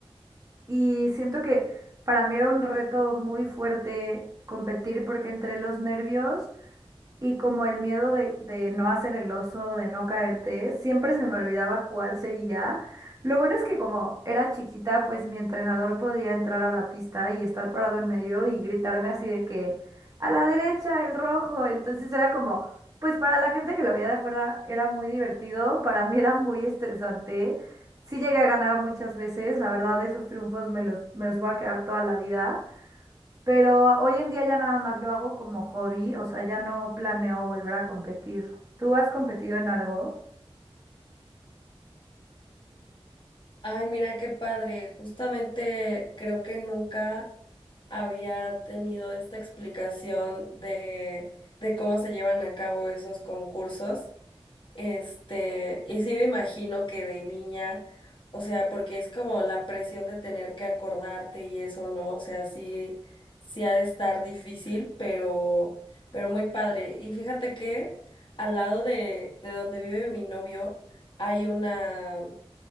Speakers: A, on the right; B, on the left.
A: y siento que para mí era un reto muy fuerte competir porque entre los nervios y como el miedo de, de no hacer el oso, de no caerte, siempre se me olvidaba cuál seguía. Lo bueno es que como era chiquita, pues mi entrenador podía entrar a la pista y estar parado en medio y gritarme así de que a la derecha, el rojo. Entonces era como, pues para la gente que lo veía de afuera era muy divertido, para mí era muy estresante. Sí llegué a ganar muchas veces, la verdad esos triunfos me los, me los voy a quedar toda la vida. Pero hoy en día ya nada más lo hago como hobby, o sea, ya no planeo volver a competir. ¿Tú has competido en algo?
B: Ay, mira, qué padre. Justamente creo que nunca había tenido esta explicación de, de cómo se llevan a cabo esos concursos. Este, y sí me imagino que de niña, o sea, porque es como la presión de tener que acordarte y eso, ¿no? O sea, sí, sí ha de estar difícil, pero, pero muy padre. Y fíjate que al lado de, de donde vive mi novio hay una